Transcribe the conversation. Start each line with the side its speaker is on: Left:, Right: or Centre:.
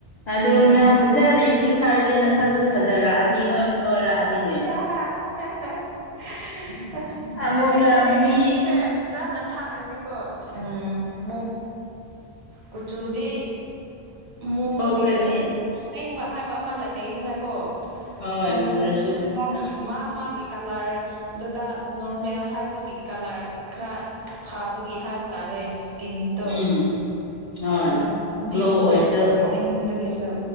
Left: ꯑꯗꯨꯝ
Right: ꯎꯝ
Left: ꯅ ꯐꯖꯅ ꯏꯁꯤꯡ ꯊꯥꯔꯗꯤ ꯅꯁꯛꯁꯨ ꯐꯖꯔꯛꯑꯅꯤ ꯅꯣꯏꯁꯨ ꯅꯣꯏꯔꯛꯑꯅꯤꯅ
Right: <unintelligible>
Left: ꯑꯃꯨꯛꯀ
Right: ꯑꯁꯦꯡꯕꯅꯦ
Left: ꯃꯤ
Right: ꯏꯁꯤꯡꯁꯦ ꯐꯖꯅ ꯊꯥꯛꯑꯗꯤ ꯎꯝ ꯃ ꯀꯆꯨꯗꯤ ꯃꯣꯕꯒꯤꯁꯨ
Left: ꯊꯣꯛꯀꯅꯤ
Right: ꯑꯁꯦꯡꯕ ꯍꯥꯏꯕ ꯑꯃ ꯂꯩꯗꯅꯀꯣ
Left: ꯍꯣꯏ
Right: ꯃꯣꯕꯁꯤꯡꯁꯦ
Left: ꯃꯨꯔꯁꯨ
Right: ꯐꯖꯅ ꯃꯥ ꯃꯥꯒꯤ ꯀꯂꯔ ꯑꯗꯨꯗ ꯅꯣꯔꯃꯦꯜ ꯍꯥꯏꯕꯒꯤ ꯀꯂꯔ ꯈꯔ ꯐꯕꯒꯤ ꯍꯥꯏꯕ ꯇꯥꯔꯦ ꯏꯁꯀꯤꯟ ꯇꯣ
Left: ꯎꯝ ꯍꯣꯏ
Right: ꯑꯗꯨ ꯎꯗꯤ
Left: ꯒ꯭ꯂꯣ
Right: ꯑꯣꯏꯁ
Left: ꯑꯣꯏꯕꯗꯣ
Right: ꯑꯩꯉꯣꯟꯗ ꯀꯩꯁꯨ